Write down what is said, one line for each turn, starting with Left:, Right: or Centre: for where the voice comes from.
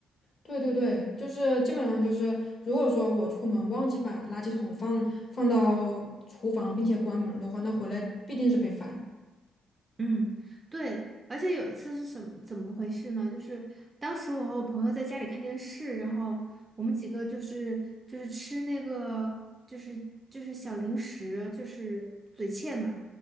Left: 对对对，就是基本上就是，如果说我出门忘记把垃圾桶放放到厨房，并且关门儿的话，那回来必定是被翻。
Right: 嗯，对，而且有一次是什么怎么回事呢？就是当时我和我朋友在家里看电视，然后我们几个就是就是吃那个就是就是小零食，就是嘴欠嘛，